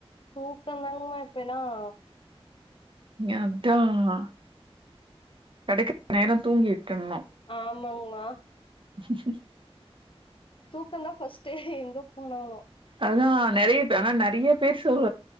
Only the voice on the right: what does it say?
அதான் கிடைக்க நேரம் தூங்கிகிடனும்
ச
அதான் நிறைய பேர் ஆனா நிறைய பேர் சொல்